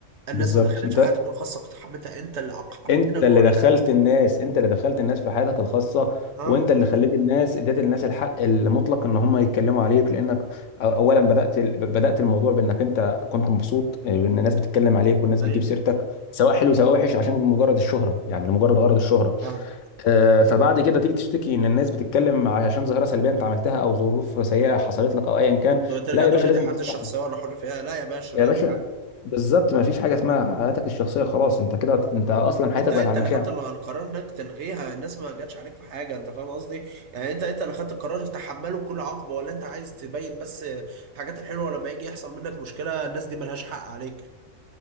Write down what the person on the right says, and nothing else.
الناس
ما دخلتش
حياتك الخاصه اقتحمتها انت اللي اقحمتنا
جوه
الحياه
اه
ايوه
فاهم
ترجع
تقول
لي
دي حياتي
الشخصيه وانا حر فيها لا يا باشا
لا
تعال
آه.
انت انت
اللي خدت ال- القرار انك تلغيها الناس ما جاتش عليك في حاجه انت فاهم قصدي يعني انت انت اللي خدت القرار تتحمله بكل عقبه ولا انت عايز تبين بس الحاجات الحلوه لما يجي يحصل منك مشكله الناس دي ملهاش حق عليك